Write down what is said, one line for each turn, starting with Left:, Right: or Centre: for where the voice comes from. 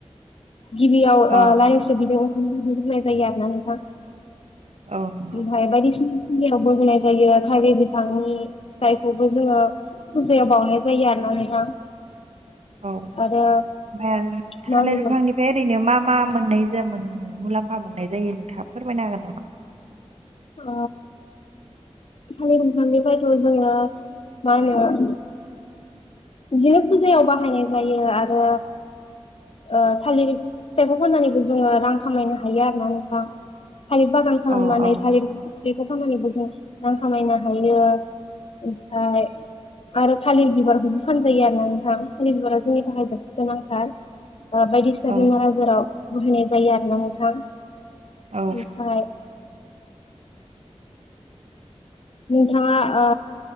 Left: गिबियाव
Right: अ
Left: ओ लाइसो <unintelligible> ओंखाम <unintelligible> होननाय जायो आरोना नोंथां।
Right: औ नंगौ
Left: भायबारिस फुजायावबो होनाय जायो थागिर बिथांनि फिथाइखौबो जोङो फुजायाव बावनाय जायो आरो औ नोंथां।
Right: औ ओमफ्राय
Left: आरो
Right: आरो थालिर
Left: मा होनो
Right: बिफांनिफ्राय ओरैनो मा मा मोननाय जायोमोन? मुलाम्फा मोन्नाय जायो नोंथाङा फोरमायनो हागोन नामा?
Left: ओ थालिर बिफांनिफ्रायथ' जोंडो मा होनो बि फुजायाव बाहायनाय जायो आरो ओ थालिर फिथाइखौ फाननानैबो जोङो रां खामायनो हायो आरोना नोंथां। थालिर बागान खालामनानै
Right: अ औ
Left: थालिर बेखौ खालामनानैबो जों रां खामायनो हायो। ओमफ्राय आरो थालिर बिबारखोबो फानजायो आरोना नोंथां। थालिरजोंनि थाखाय जोबोद गोनांथार। ओ बायदिसिना
Right: औ
Left: बेमार आजाराव बुहैनाय जायो आरोना नोंथां।
Right: औ
Left: ओमफाय नोंथाङा ओ